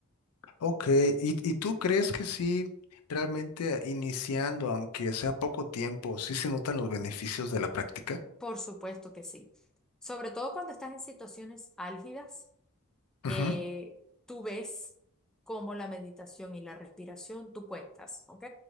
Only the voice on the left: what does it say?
Ok, ¿Y, y tú crees que sí, realmente iniciando, aunque sea poco tiempo, sí se notan los beneficios de la práctica?
Ujú,